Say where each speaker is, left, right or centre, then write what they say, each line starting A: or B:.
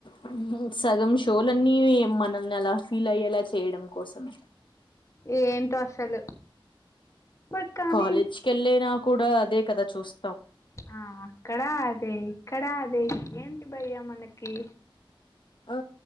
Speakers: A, on the left; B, on the left.
A: హ్మ్ సగం షోలన్నీ మన నిన్ను అలా ఫీల్ అయ్యేలా చేయడం. కోసమే
B: ఏంటో అసలు. బట్ కానీ
A: కాలేజ్ కెళ్ళేన కూడా అదే కదా చూస్
B: ఆ అక్కడ అదే, ఇక్కడ అదే ఏంటి బయ్యా మన కి
A: ఆ